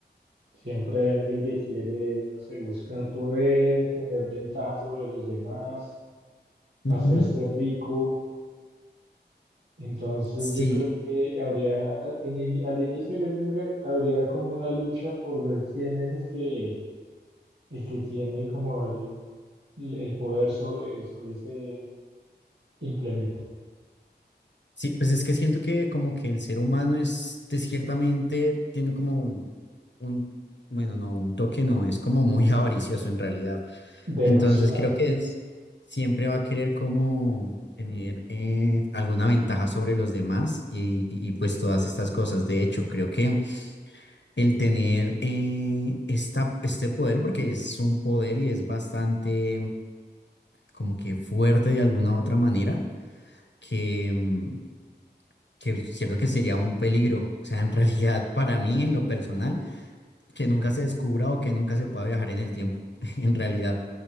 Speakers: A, on the right; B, on the left.
A: Siempre hay alguien que quiere, no sé, buscar poder, tener ventaja sobre los demás,
B: Ujú.
A: hacerse rico. Entonces
B: Sí,
A: yo creo que habría, a- en ini- al inicio yo creo que habría como una lucha por ver quién es el que, el que tiene como el, el poder sobre, sobre ese implemento.
B: sí, pues es que siento que como que el ser humano es de ciertamente, tiene como un, bueno, no, un toque no, es como muy <laughs> avaricioso en realidad.
A: Demasiado.
B: Entonces creo que es, siempre va a querer como tener eh, alguna ventaja sobre los demás y, y- y, pues todas estas cosas. De hecho, creo que el tener eh, esta, este poder, porque es un poder y es bastante como que fuerte de alguna otra manera, que... mm, que es cierto que sería un peligro, o sea, en realidad para mí en lo personal, que nunca se descubra o que nunca se pueda viajar en el tiempo, <laughs> en realidad,